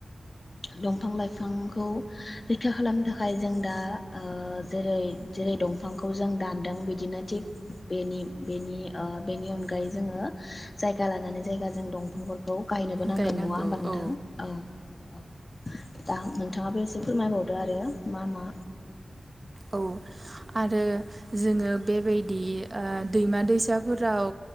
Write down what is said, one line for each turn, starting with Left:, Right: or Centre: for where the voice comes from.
Left: दंफां लाइफांखौ रैखा खालामनो थाखाय जों दा ओ जेरै जेरै दंफां फांखौ जों दानदों बिदिनो थिग बेनि बेनि बेनि अनगायै जोङो जायगा लानानै जायगा जों दंफांफोर खौ गायनोबो नांगोन
Right: गायनांगौ
Left: नङा होमबा नोंथां
Right: औ
Left: औ औ दा नोंथाङाबो एसे फोरमायबावदो आरो मा मा
Right: औ आरो जोङो बेबायदि ओ दैमा दैसाफोराव